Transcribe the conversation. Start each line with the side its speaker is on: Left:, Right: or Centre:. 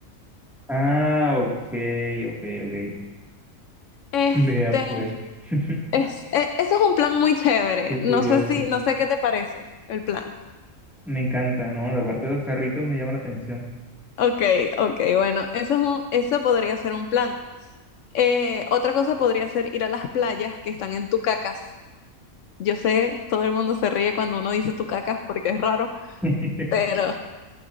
Centre: Ah, ok, ok, ok.
Left: Este,
Centre: <laughs> Vea pues, <laughs>
Left: Es, e- ese es un plan muy chévere.
Centre: qué curioso.
Left: No sé si, no sé qué te parece el plan.
Centre: Me encanta, ¿no? La parte de los carritos me llama la atención.
Left: Ok, ok, bueno, eso es un, eso podría ser un plan. Eh, otra cosa podría ser ir a las playas que están en Tucacas. Yo sé, todo el mundo se ríe cuando uno dice Tucacas porque es raro,
Centre: <laughs>
Left: pero,